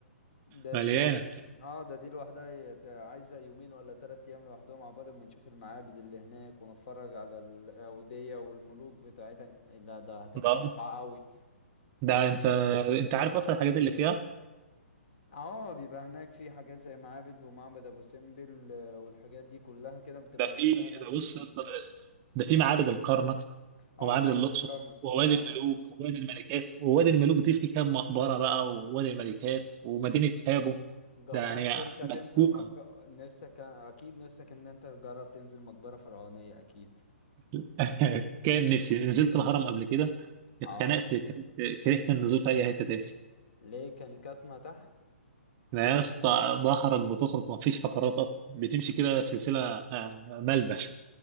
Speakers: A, on the left; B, on the right.
A: ده
B: مليانة
A: دي اه ده دي لوحدها ي- ت- عايزة يومين ولا تلات ايام لوحدهم عبال ما نشوف المعابد اللي هناك ونتفرج على الأودية والملوك بتاعتها لا ده هتبقى
B: ده
A: رائعة قوي
B: ده انت انت عارف اصلا الحاجات اللي فيها
A: اه بيبقى هناك في حاجات زي معابد ومعبد ابو سمبل آه، والحاجات دي كلها كده بتبقى
B: ده في
A: موجودة هناك
B: ده بص يا اسطى، ده في معابد الكرنك
A: اه
B: ومعابد
A: معبد
B: الاقصر
A: الكرنك
B: ووادي
A: ومعبد
B: الملوك
A: الأقصر
B: ووادي الملكات ووادي الملوك دي في كام مقبرة بقى ووادي الملكات ومدينة هابو
A: جربت
B: ده يعني
A: انت تنزل
B: متكوكة
A: مج... نفسك اكيد نفسك ان انت تجرب تنزل مقبرة فرعونية اكيد
B: <laughs> كان نفسي نزلت الهرم قبل كده
A: اه
B: اتخنقت كرهت كرهت النزول في اي حتة تاني
A: ليه كان كاتمة تحت
B: ده يا اسطى ظهرك بتخرج مفيش فقرات اصلا بتمشي كده سلسله آه، ملبش